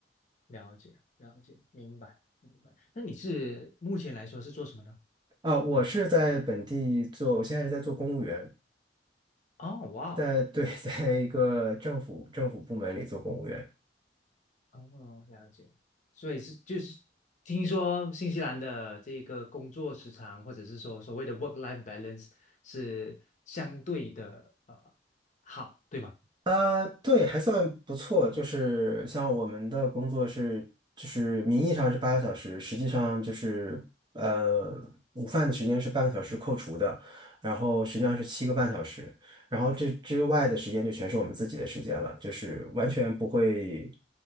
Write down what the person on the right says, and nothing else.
啊，我是在本地做，我现在是在做公务员，
在对，<laughs> 在一个政府政府部门里做公务员。
啊，对，还算不错。就是像我们的工作是，就是名义上是八个小时，实际上就是呃，午饭的时间是半个小时扣除的，然后实际上是七个半小时，然后这之外的时间就全是我们自己的时间了，就是完全不会，